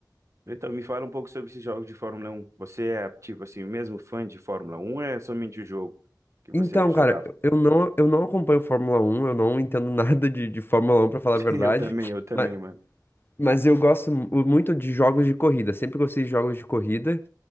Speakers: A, on the right (about 40°); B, on the left (about 30°).
A: Então, me fala um pouco sobre esses jogos de Fórmula um Você é, tipo assim, mesmo fã de Fórmula um ou é somente o jogo que você
B: Então,
A: jogava?
B: cara, eu não, eu não acompanho Fórmula 1, eu não entendo <laughs> nada de, de Fórmula 1, pra falar
A: <laughs>
B: a verdade.
A: Eu também, eu também,
B: Mas, Mas eu gosto mu- muito de jogos de corrida. Sempre gostei de jogos de corrida.